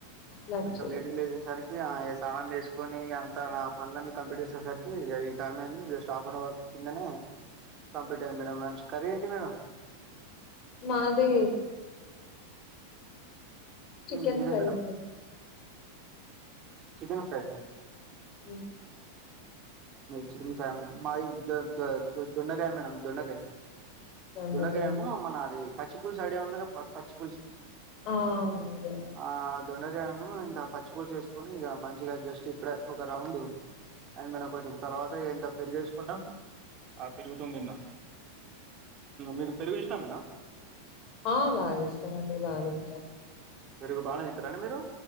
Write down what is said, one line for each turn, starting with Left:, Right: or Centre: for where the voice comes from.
Left: లంచ్
Right: కొంచెం లేట్ గా లేచే సరికి ఇగ ఈ సామాన్ వేసుకొని అంతా నా పనులన్నీ కంప్లీట్ చేసేసరికి ఈ టైం అయింది జస్ట్ ఆఫన్ అవర్ కిందనే కంప్లీట్ అయింది మేడం లంచ్ కర్రీ ఏంటి మేడం
Left: నాదే చికెన్
Right: హ్మ్ మీదే
Left: ఫ్రై
Right: మేడం
Left: అండి
Right: చికెన్ ఫ్రై
Left: హ
Right: చ కా మేడం మా ద ద దోండకాయ మేడం దడాకాయ
Left: దొండకాయ
Right: దలగా మన అది పచ్చిపూల్ సైడ్ ఉండగా ప పచ్చి పులుసు
Left: ఆ ఇదే
Right: ఆ దొండగాయ ఇంత పచ్చి పూలు చేసుకొని ఇక మంచిగా జస్ట్ ఇప్పుడ ఒక రౌండ్ అం మేడం కొంచెం తర్వాత ఇంత పెరిగేసుకున్నాం ఆ పెరుగుతుందిన్న మీకు పెరుగు ఇష్టామేనా
Left: ఆ బాగా ఇష్టమండి బాగాంటాం
Right: పెరుగు బాగానే తింటారండి మీరు